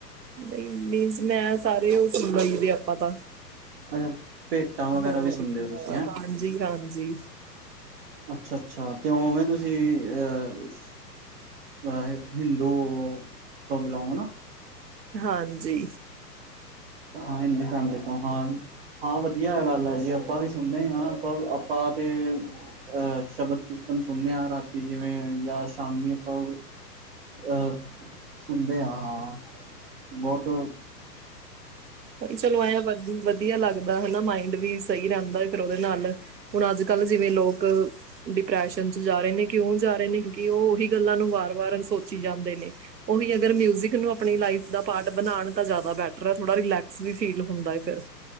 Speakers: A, on the right; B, on the right.
A: ਨਈ ਮੀਨਸ ਮੈਂ ਸਾਰੇ ਓ ਸੁਣ ਲਈ ਦੇ ਆਪਾਂ ਤਾਂ
B: ਅੱਛਾ ਭੇਟਾਂ ਵਗੈਰਾ
A: ਹੋਰ
B: ਵੀ ਸੁਣਦੇ
A: ਕੀ
B: ਹੋ ਤੁਸੀਂ
A: ਹਾਂਜੀ-ਹਾਂਜੀ
B: ਹੈਂ ਅੱਛਾ-ਅੱਛਾ ਤੇ ਉਵੇਂ ਤੁਸੀਂ ਅ ਅ ਹਿੰਦੂ ਤੋ ਬਿਲੋਂਗ ਹਨਾ।
A: ਹਾਂਜੀ
B: ਹਾਂ ਹਿੰਦੂ ਫੈਮਲੀ ਤੋਂ ਹਾਂ-ਹਾਂ ਵਧੀਆ ਗੱਲ ਆ ਜੀ ਆਪਾਂ ਵੀ ਸੁਣਦੇ ਹਾਂ ਆਪ ਆਪਾਂ ਤੇ ਅਹ ਸ਼ਬਦ ਕੀਰਤਨ ਸੁਣਦੇ ਹਾਂ ਰਾਤੀ ਜਿਵੇਂ ਜਾਂ ਸ਼ਾਮੀ ਆਪਾਂ ਅ ਸੁਣਦੇ ਆਂ ਹਾਂ ਬੋਤ
A: ਚਲੋ ਆਇਆ ਵੱਧੀ ਵ ਵਧੀਆ ਲੱਗਦਾ ਹਨਾ ਮਾਇੰਡ ਵੀ ਸਈ ਰੈਂਦਾ ਫਿਰ ਉਹਦੇ ਨਾਲ ਹੁਣ ਅੱਜ ਕੱਲ ਜਿਵੇਂ ਲੋਕ ਡਿਪਰੈਸ਼ਨ 'ਚ ਜਾ ਰਏ ਨੇ ਕਿਉਂ ਜਾ ਰਏ ਨੇ ਕਿਉਂਕਿ ਓ ਉਹੀ ਗੱਲਾਂ ਨੂੰ ਵਾਰ-ਵਾਰ ਸੋਚੀ ਜਾਂਦੇ ਨੇ। ਉਹੀ ਅਗਰ ਮਿਊਜਿਕ ਨੂੰ ਆਪਣੀ ਲਾਈਫ ਦਾ ਪਾਰਟ ਬਣਾਣ ਤਾਂ ਜਾਦਾ ਬੈਟਰ ਥੋੜਾ ਰਿਲੈਕਸ ਵੀ ਫੀਲ ਹੁੰਦਾ ਫਿਰ